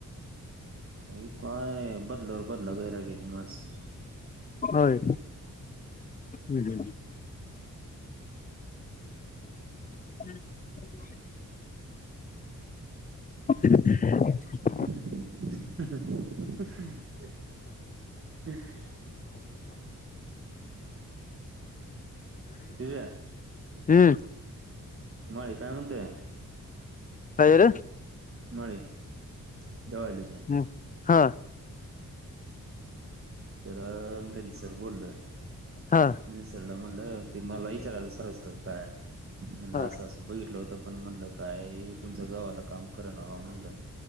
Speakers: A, on the right (about 40°); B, on the left (about 25°).
A: एक काय बदला बदला घ्याय लागल्याती माणसं
B: होय ब हम् <inaudible>
A: ह तझ्या
B: हम्म
A: मळी काय म्हणते
B: कायर
A: मळी <unintelligible>
B: झालं हा
A: तररं.. मिलिंद सर बोलं
B: हा
A: मी सरला म्हणलं ते मला विचारायला सर सर काय म्हण
B: हा
A: असं असं बघितलं होत आता पण म्हणलं काय तुमच्या गावाला काम करा ना म्हणलं